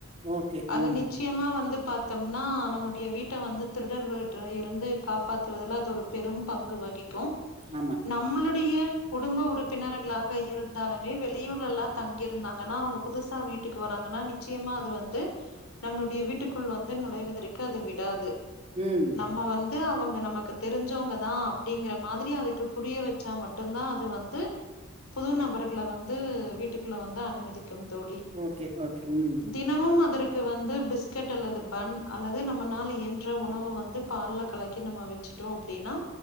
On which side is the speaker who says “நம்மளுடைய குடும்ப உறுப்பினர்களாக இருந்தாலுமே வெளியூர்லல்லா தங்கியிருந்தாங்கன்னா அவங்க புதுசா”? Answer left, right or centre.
Left